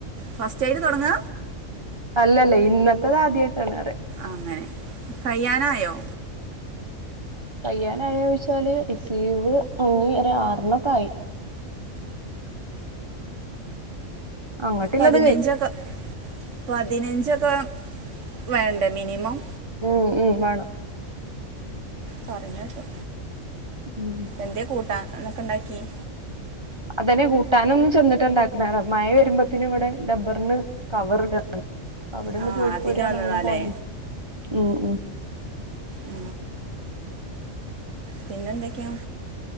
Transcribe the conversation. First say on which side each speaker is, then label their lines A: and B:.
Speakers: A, on the right (about 65°); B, on the right (about 25°).
A: ഫസ്റ്റായിട്ട് തുടങ്ങ?
B: അല്ലല്ല ഇന്നത്തത് ആദ്യയിട്ടാണറയ
A: അങ്ങനെ കയ്യാനായോ?
B: കയ്യാനായോ വിച്ചാല് റിസീവ് ഇനി ഒരാറെണ്ണൊക്കെ ആയി. അങ്ങട്ടില്ലത്
A: പതിനഞ്ചൊക്കെ
B: കൈ
A: പതിനഞ്ചൊക്കെ വേണ്ടേ മിനിമം?
B: ഉം ഉം വാണോ
A: പറഞ്ഞേട്ടു.
B: മ്
A: എന്തേ കൂട്ടാ എന്നൊക്കെ ഉണ്ടാക്കിയേ?
B: അതെ കൂട്ടാനൊന്നും ചെന്നിട്ടുണ്ടാക്കുന്നതാ മഴ വരുമ്പോത്തന് ഇവിടെ ഡബ്ബറിന് കവറിട. അവിടെന്ന്
A: ആ
B: പോയി
A: അതിന്
B: പോരാന്ന്
A: വന്നതാല്ലേ
B: അങ്ങനെ പോന്ന മ് മ്
A: ആ പിന്നെന്തൊക്കെയാ?